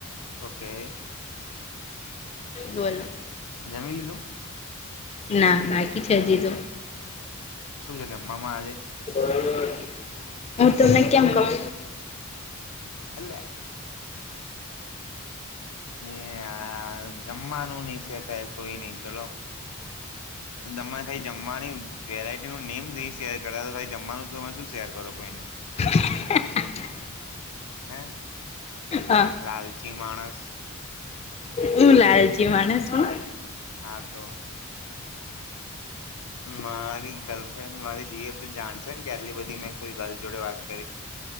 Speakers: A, on the left; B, on the left.
A: ઓકે
B: બોલો.
A: જમી લીધું?
B: ના બાકી છે હજી તો
A: શું છે જમવામાં આજે
B: <inaudible> હું તમને કેમ કહું?
A: અલેે. એ જમવાનું નહી સેતા કોઈ નહીં ચલો. <inaudible> તમે ખઈ જમવાની વેરાઈટીનું નેમ જે શેર કરતા તો જમવાનું તમે શું શેર કરો કોઈને?
B: <inaudible>
A: હે
B: હા
A: લાલચી માણસ.
B: હું લાલચી માણસ હું <inaudible>
A: હા તો મારી ગર્લફ્રેન્ડ મારી જીએફ જાણશે ને કે આટલી બધી મેં કોઈ ગર્લ જોડે વાત કરી.